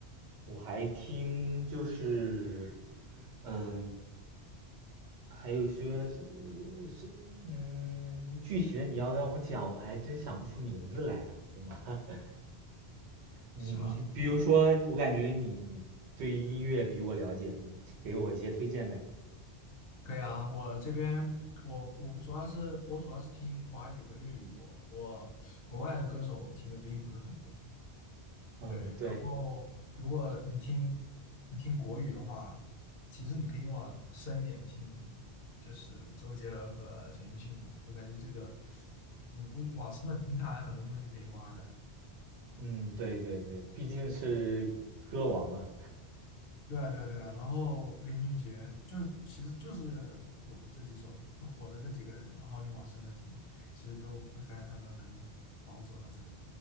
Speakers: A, on the right (about 75°); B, on the left (about 65°).
A: 我还听就是嗯，还有说是是嗯，具体的你要让我讲，我还真想不出名字来啊，怎么？<laughs> 你你比如说，
B: 是吗？
A: 我感觉你你对音乐比我了解，你给我一些推荐呗。
B: 可以啊，我这边我我主要是我主要是听华语和粤语多，我国外的歌手我听的并不是很多。
A: 嗯，
B: 对，
A: 对，
B: 然后如果你听你听国语的话，其实你可以往深一点听，就是周杰伦和陈奕迅的。我感觉这个你往深的听，他还有很多东西可以挖的。
A: 嗯，对对对，毕竟是歌王嘛。
B: 对啊，对啊，对啊。然后林俊杰就是其实就是火的这几首，火的这几个人，然后你往深的听，其实都会发现他们很厉害，陶喆啊之类的